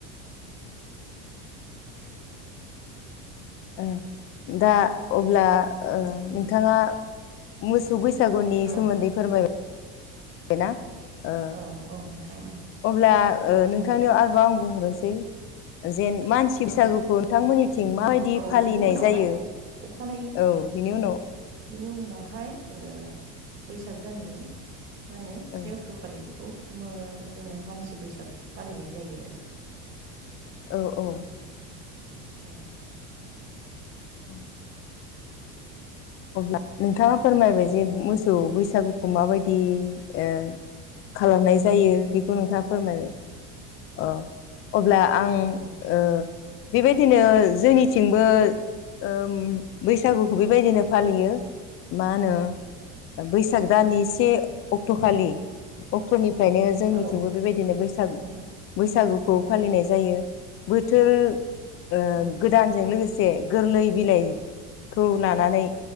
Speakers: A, on the right; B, on the left.
A: <inaudible>
B: ओ दा अब्ला ओ
A: औ
B: नोंथांङा मोसौ बैसागुनि
A: औ
B: सोमोन्दै फोरमाय य ना ओ
A: औ औ नोंथां औ
B: अब्ला ओ नोंथांनियाव आरोबाव आं बुंहरनोसै जेन मान सिब
A: औ
B: बैसागुखौ नोंथांमोननिथिं
A: माने
B: माबायदि
A: औ
B: फालिनाय
A: बिनि उनावहाय
B: जायो?
A: अखानायै
B: औ बिनि उनाव
A: बिनि उनावहाय जोंङो बैसाग दाननि मा होनो से
B: औ
A: अक्ट' फालि बेखौ मो जोंङो मानसि बैसागु फालिनाय जायो आरो।
B: औ औ
A: औ
B: उ <inaudible> अब्ला नोंथांङा फोरमायबाय जे मोसौ
A: औ
B: बैसागु खौ माबायदि ओ खालामनाय जायो बेखौ नोंथांङा फोरमायबाय। औ अब्ला आं
A: औ
B: ओ बेबायदिनो जोंनिथिंबो ओम बैसागुखौ बेबायदिनो फालियो मा होनो बैसाग दाननि से अक्ट'खालि अक्ट'निफ्रायनो जोंनिथिंबो
A: औ
B: बेबायदिनो बैसाग
A: नोंथां
B: बैसागुखौ फालिनाय जायो बोथोर ओ
A: औ नोंथां
B: गोदानजों लोगोसे गोरलै बिलाइखौ लानानै